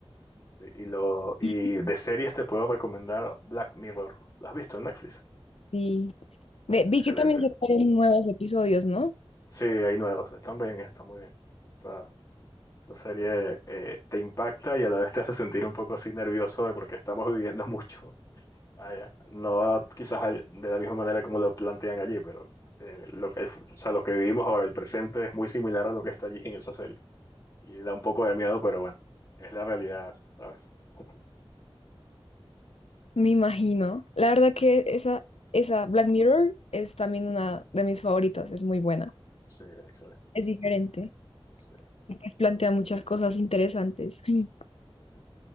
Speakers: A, on the left; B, on the left.
A: sí. Y, lo, y
B: Ujú.
A: de series te puedo recomendar Black Mirror. ¿Lo has visto en Netflix?
B: Sí. Ve-
A: Está
B: vi
A: excelente.
B: que también sacaron nuevos episodios, ¿no?
A: Sí, hay nuevos. Están bien, están muy bien. O sea, Esa serie eh, te impacta y a la vez te hace sentir un poco así nervioso de porque estamos <laughs> viviendo mucho allá. No quizás al- de la misma manera como lo plantean allí, pero eh, lo, que- o sea, lo que vivimos ahora, el presente, es muy similar a lo que está allí en esa serie. Y da un poco de miedo, pero bueno, es la realidad, ¿sabes? <laughs>
B: Me imagino. La verdad que esa, esa Black Mirror es también una de mis favoritas, es muy buena.
A: Sí, es excelente.
B: Es diferente.
A: Sí,
B: pues plantea muchas cosas interesantes. <laughs>
A: sí.